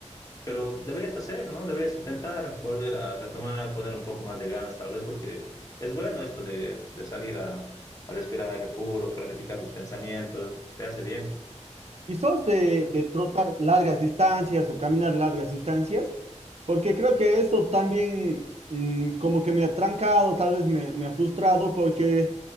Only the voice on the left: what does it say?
pero deberías hacer, ¿no? Deberías intentar volver a retomar, poner un poco más de ganas tal vez, porque es bueno esto de, de salir a, a, respirar aire puro, clarificar los pensamientos, te hace bien.